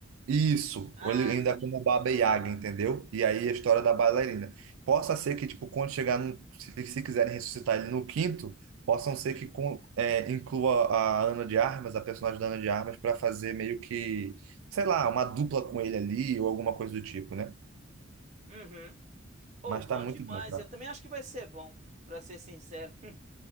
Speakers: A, on the right; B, on the right.
A: isso,
B: Ah,
A: ou ele ainda
B: sim.
A: é como Baba Yaga, entendeu? E aí a história da bailarina. Possa ser que, tipo, quando chegar no, se, se quiserem ressuscitar ele no quinto, possam
B: Uhum.
A: ser que com- é, inclua a Ana de Armas, a personagem da Ana de Armas, para fazer meio que, sei lá, uma dupla com ele ali ou alguma coisa do tipo, né?
B: Uhum. Oh,
A: Mas
B: bom
A: tá muito
B: demais.
A: bom, cara.
B: Eu também acho que vai ser bom, pra ser sincero. <laughs>